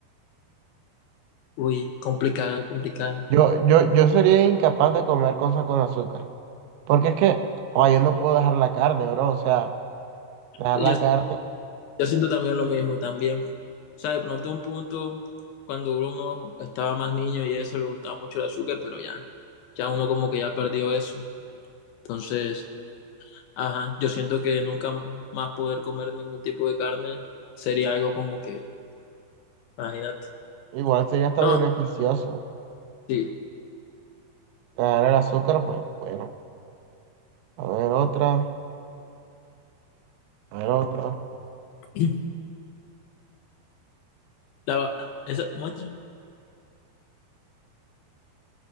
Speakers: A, on the left; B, on the right.
A: Uy, complicada, complicada.
B: yo, yo, yo sería incapaz de comer cosas con azúcar, porque es que, oh, yo no puedo dejar la carne, bro, o sea, dejar
A: Yo,
B: la carne
A: yo siento también lo mismo, también. O sea, de pronto un punto, cuando uno estaba más niño y eso, le gustaba mucho el azúcar, pero ya, ya uno como que ya perdió eso. Entonces, ajá, yo siento que nunca más poder comer ningún tipo de carne sería algo como que, imagínate.
B: igual sería hasta
A: No,
B: beneficioso.
A: sí.
B: Dejar el azúcar, pues bueno, a ver otra, a ver otra.
A: <clears throat> La, va- esa muestra.